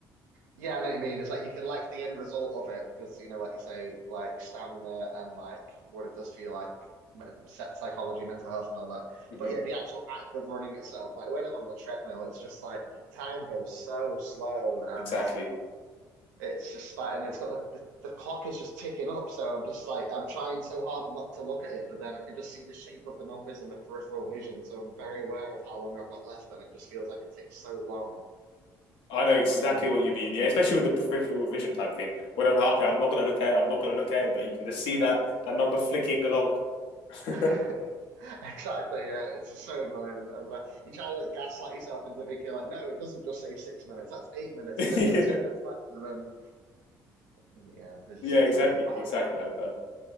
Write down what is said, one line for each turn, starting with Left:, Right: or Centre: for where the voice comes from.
Right: Yeah, I know what you mean. It's like you can like the end result of it because, you know, like you say, like stamina and like what it does for you, like me- psy- psychology, mental health, and all that.
Left: hmm
Right: But yeah, the actual act of running itself, like when I'm on the treadmill, it's just like time goes so slow and
Left: exactly. <laughs>
Right: it's just like, and it's got the, the, the clock is just ticking up. So I'm just like, I'm trying so hard not to look at it, but then I can just see the shape of the numbers in my peripheral vision. So I'm very aware of how long I've got left, and it just feels like it takes so long.
Left: I know exactly
Right: So
Left: what you mean. Yeah, especially with the peripheral vision type thing. When I'm like, okay, I'm not gonna look at it. I'm not gonna look at it, but you can just see that that number flicking along. <laughs>
Right: <laughs> exactly, yeah, it's just so annoying. I'm like, you try to like gaslight yourself into thinking like, no, it doesn't just say six minutes. That's eight minutes. You've only
Left: Yeah,
Right: got two minutes left, and then yeah, it just
Left: yeah,
Right: is
Left: exactly,
Right: what it is. But
Left: exactly
Right: I know
Left: like that.